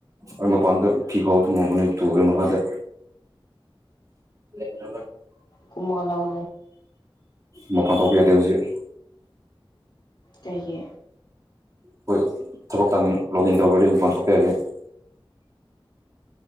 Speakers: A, on the right (about 35°); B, on the left (about 55°).
A: ꯑꯥ ꯃꯄꯥꯟꯗ ꯐꯤ ꯐꯧꯔ ꯊꯝꯍꯧꯕꯅꯤ ꯄꯨꯈ꯭ꯔꯦ ꯃꯈꯥꯗ <inaudible>
B: ꯀꯨꯝꯃꯒ ꯂꯥꯎ
A: ꯃꯄꯥꯟ ꯊꯣꯛꯄ ꯌꯥꯗꯦ ꯍꯧꯖꯤꯛ
B: ꯀꯩꯒꯤ
A: ꯑꯈꯣꯏ ꯊꯕꯛ ꯇꯥꯃꯤꯡ ꯂꯣꯒꯏꯟ ꯇꯧꯒ꯭ꯔꯗꯤ ꯃꯄꯥꯟ ꯊꯣꯛꯄ ꯌꯥꯗꯦ <inaudible>